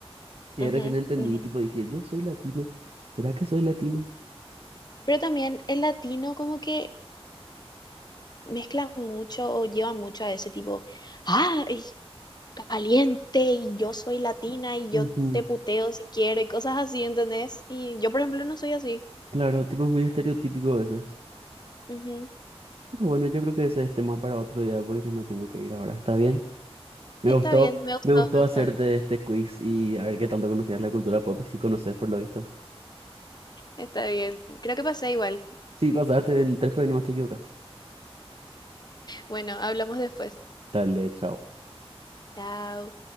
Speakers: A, on the right; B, on the left.
A: Y
B: Ujú,
A: ahí recién entendí,
B: ujú.
A: tipo, dije, yo soy latino. ¿Será que soy latino?
B: Pero también el latino como que mezclan mucho o llevan mucho a ese tipo, ah, ay, caliente y yo soy latina y
A: Ujú.
B: yo te puteo si quiero y cosas así, ¿entendés? Y yo, por ejemplo, no soy así.
A: Claro, tipo, es muy estereotípico a veces.
B: Ujú.
A: Pero bueno, yo creo que ese es tema para otro día porque ya me tengo que ir ahora. ¿Está bien? Me
B: Está
A: gustó,
B: bien, me ha gustado,
A: me gustó
B: me
A: hacerte
B: ha gustado.
A: este quiz y a ver qué tanto conocías la cultura pop y si conoces por lo visto.
B: Está bien, creo que pasé igual.
A: Sí, pasaste en tres, pero ahí nomás te equivocaste.
B: Bueno, hablamos después.
A: Dale, chao.
B: Chao.